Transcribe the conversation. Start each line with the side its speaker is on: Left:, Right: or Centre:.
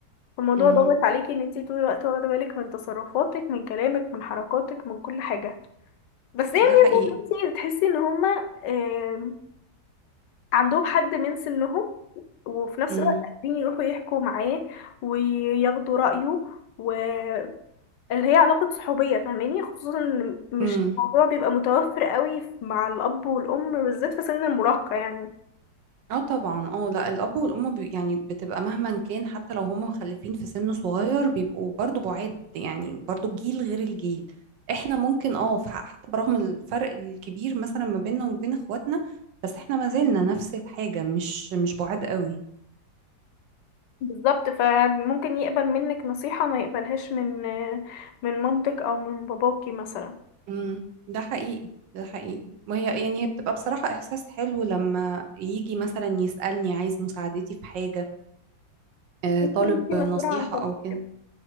Left: الموضوع
Right: امم
Left: ضاغط عليكي إن انت طول الوقت واخدة بالك من تصرفاتك من كلامك من حركاتك من كل حاجة بس هي ميزة
Right: ده حقيقي
Left: إن انت بتحسي إن هما آه، عندهم حد من سنهم وفي نفس
Right: امم
Left: الوقت قادرين يروحوا يحكوا معاه وياخدوا رأيه واللي هي علاقة صحوبية فاهماني خصوصا إن مش
Right: إمم.
Left: الموضوع بيبقى متوفر قوي مع الأب والأم بالذات في سن المراهقة يعني
Right: اه طبعا اه لا الاب والام بي يعني بتبقى مهما كان حتى لو هم مخلفين في سن صغير بيبقوا برضو بعاد يعني برضو جيل غير الجيل احنا ممكن اه ف- حتى برغم الفرق الكبير مثلا ما بيننا وما بين اخواتنا بس احنا ما زلنا نفس الحاجة مش مش بعاد قوي
Left: بالظبط فممكن يقبل منك نصيحة ما يقبلهاش من من مامتك أو من باباكي مثلا
Right: امم ده حقيقي ده حقيقي وهي يعني هي بتبقى بصراحة احساس حلو لما يجي مثلا يسألني عايز مساعدتي في حاجة آه،
Left: ممكن
Right: طالب
Left: انتي مسؤولة
Right: نصيحة
Left: عن شخص
Right: او كده
Left: كده